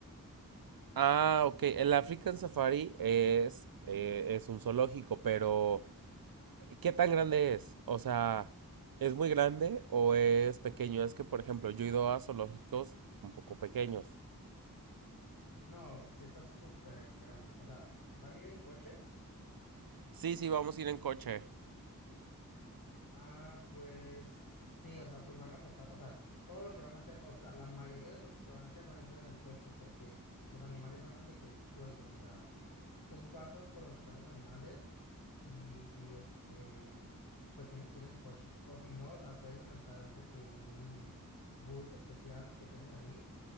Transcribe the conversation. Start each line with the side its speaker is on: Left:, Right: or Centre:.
Right: Ah, ok. El African Safari es, eh, es un zoológico, pero ¿qué tan grande es? O sea, ¿es muy grande o es pequeño? Es que, por ejemplo, yo he ido a zoológicos un poco pequeños.
Left: No, sí está súper grande. O sea, ¿van a ir en coche?
Right: Sí, sí, vamos a ir en coche.
Left: Ah, pues sí, o sea, pues van a pasar, o sea, todo lo que van a hacer, o sea, la mayoría de cosas que van a hacer van a hacer en el coche, porque los animales andan de que sueltos, o sea, tú pasas por donde están los animales y y, este, pues tienes que ir en tu coche, o si no, o sea, puedes rentar de que un bus especial que tienen ahí